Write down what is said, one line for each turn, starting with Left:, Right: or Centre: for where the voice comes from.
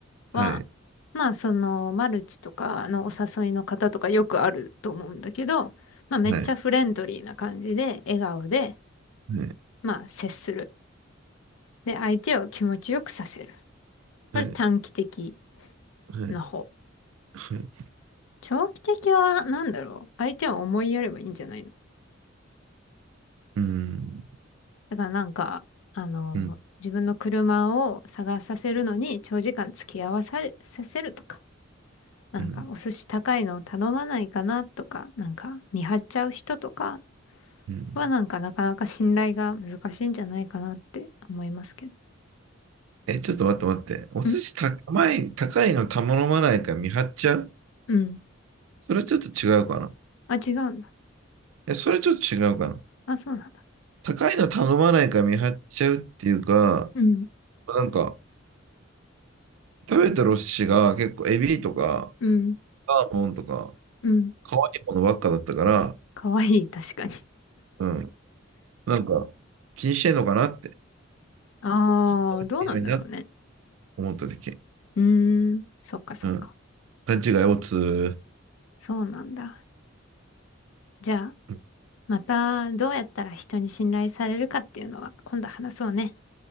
Left: は、
Right: はい。
Left: まあそのマルチとかのお誘いの方とかよくあると思うんだけど、まあめっちゃフレンドリーな感じで、
Right: はい。
Left: 笑顔で、
Right: はい。
Left: まあ接する。で、相手を気持ちよくさせる。これ短期的
Right: はい。はい。
Left: な方。
Right: はい。
Left: 長期的は何だろう相手を思いやればいいんじゃないの
Right: うん。
Left: だからなんか、あの、
Right: うん。
Left: 自分の車を探させるのに長時間付き合わされ、させるとか、なんかお寿司高いのを頼まないかなとか、
Right: うん。
Left: なんか見張っちゃう人とか、
Right: うん。
Left: はなんかなかなか信頼が難しいんじゃないかなって思いますけど。
Right: え、ちょっと待って待って。お寿司高い、
Left: ん
Right: 高いの頼まないから見張っちゃう
Left: うん。
Right: それはちょっと違うかな。
Left: あ、違うんだ。
Right: え、それちょっと違うかな。
Left: あ、そうなんだ。
Right: 高いの頼まないから見張っちゃうっていうか、
Left: うん。
Right: なんか、食べたお寿司が結構エビとか、
Left: うん。
Right: サーモンとか、
Left: うん。
Right: 可愛いものばっかだったから、
Left: かわいい、確かに。
Right: うん。なんか、気にしてんのかなって、
Left: ああ、
Right: 気にしてるなって
Left: どうなんだろうね。
Right: 思っただけ。
Left: うーん。そっかそっか。
Right: うん。勘違いをつ、
Left: そうなんだ。じゃあ、
Right: <laughs>
Left: またどうやったら人に信頼されるかっていうのは今度話そうね。